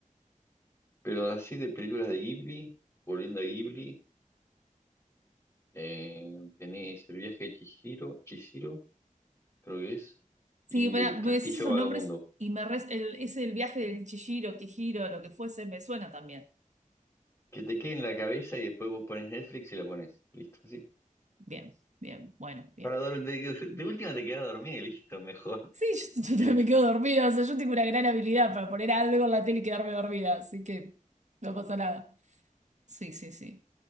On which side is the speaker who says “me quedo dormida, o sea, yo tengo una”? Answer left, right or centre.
Right